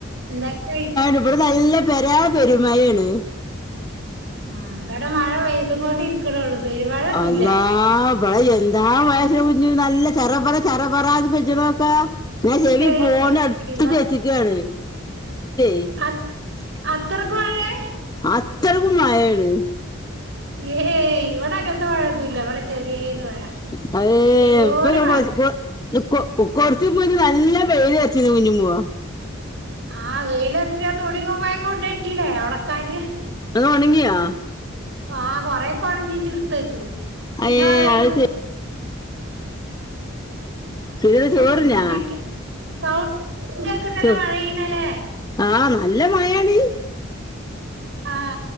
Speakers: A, on the right (about 60°); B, on the left (about 20°).
A: എന്തൊക്കെയി
B: ഇബടെ നല്ല <unintelligible> പെരുമായാണ്.
A: ആ ഇവടെ മഴ പെയ്തുങ്ങൊണ്ടി രിക്കണള്ളൂ പെരുമഴൊന്നുല്ല.
B: അല്ലാ <unintelligible> നല്ല ചറ പറ ചറ പറാന്ന് <unintelligible> നോക്കാ. <unintelligible> ശരി
A: ഏഹ്
B: ഫോണ് അടുത്ക്ക്
A: ഇവ
B: വെച്ച്ക്കാണ് <unintelligible> <unintelligible>
A: അ അത്രക്ക് മഴേ
B: അത്രക്കും മയേണ്.
A: ഏ ഇവടെ അങ്ങൻത്ത മഴെന്നുല്ല ഇവിടെ ചെറിയോര് മഴ.
B: <unintelligible>
A: ചെറിയോരു മഴ
B: <unintelligible> കൊർച്ച് <unintelligible> നല്ല വെയിലെർച്ചിനു കുഞ്ഞുമ്മോ.
A: ആ വെയിൽ <unintelligible> തുണി കുപ്പായം കൊണ്ടോയിട്ടിലേ. <unintelligible> <unintelligible>
B: <unintelligible>
A: ആ കൊറേക്കൊണങ്ങീട്ട് ഇടുത്തച്ചു പിന്നെ
B: അയ്യേ
A: മഴയ്തു.
B: അത് സുജിത ചോറിനാ
A: അങ്ങനെക്കെ <unintelligible>
B: ചോ
A: മഴയ്യണേല്ലേ.
B: ആ നല്ല മഴേണ്.
A: ആ